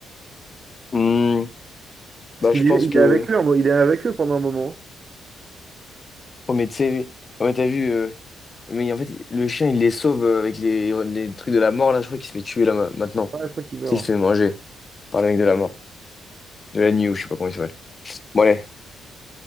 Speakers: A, on the left; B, on the right.
A: Hmm,
B: Parce
A: Bah,
B: qu'il
A: je pense
B: est, il
A: que.
B: est avec eux, un mo- il est avec eux pendant un moment.
A: Oh, mais tu sais, oh, mais t'as vu. euh, Mais en fait, le chien, il les sauve euh, avec les, les trucs de la mort, là. Je crois qu'il se fait tuer, là, ma- maintenant.
B: Ah, je crois qu'il meurt.
A: Tu sais, il se fait manger par le mec de la mort. De la nuit, ou je sais pas comment il s'appelle. Bon, allez.